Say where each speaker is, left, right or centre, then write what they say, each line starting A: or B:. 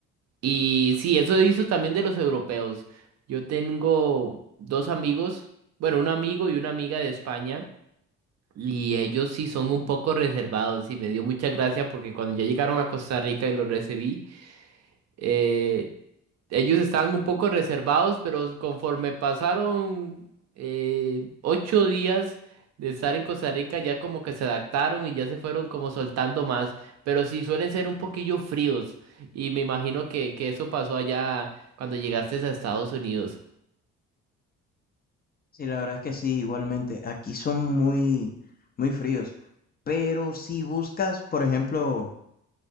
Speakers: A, on the right; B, on the left.
A: Y sí, eso hizo también de los europeos. Yo tengo dos amigos, bueno, un amigo y una amiga de España. Y ellos sí son un poco reservados y me dio mucha gracia porque cuando ya llegaron a Costa Rica y los recibí, eh, ellos estaban un poco reservados, pero conforme pasaron eh, ocho días de estar en Costa Rica, ya como que se adaptaron y ya se fueron como soltando más, pero sí suelen ser un poquillo fríos y me imagino que, que eso pasó allá cuando llegaste a Estados Unidos.
B: Sí, la verdad es que sí, igualmente, aquí son muy, muy fríos, pero si buscas, por ejemplo,